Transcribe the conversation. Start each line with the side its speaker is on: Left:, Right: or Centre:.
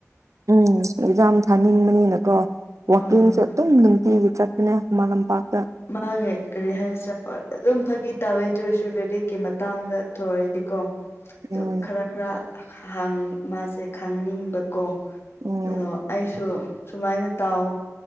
Right: ꯎꯝ ꯑꯦꯛꯖꯥꯝ ꯊꯥꯅꯤꯡꯕꯅꯤꯅꯀꯣ ꯋꯥꯛꯀꯤꯡꯁꯦ
Left: ꯑꯣ ꯍꯣꯏ
Right: ꯑꯗꯨꯝ ꯅꯨꯡꯇꯤꯒꯤ ꯆꯠ ꯅꯦ ꯈꯨꯃꯟꯂꯝꯄꯥꯛꯇ
Left: ꯃꯥꯒꯤ ꯀꯔꯤ ꯍꯥꯏꯁꯤꯔꯥ ꯑꯣꯏ ꯑꯗꯨꯝ ꯐꯥꯒꯤ ꯇꯧꯋꯦ ꯗꯣꯏꯁꯨ ꯂꯦꯔꯤꯛꯀꯤ ꯃꯇꯥꯡꯗ ꯊꯧꯌꯣꯏꯗꯦꯀꯣ ꯗꯣ
Right: ꯎꯝ
Left: ꯈꯔ ꯈꯔ ꯍ ꯍꯪ ꯃꯥꯁꯦ ꯈꯪꯅꯤꯡꯕꯀꯣ
Right: ꯎꯝ
Left: ꯑꯣ ꯑꯩꯁꯨ ꯁꯨꯃꯥꯏꯅ ꯇꯥꯎ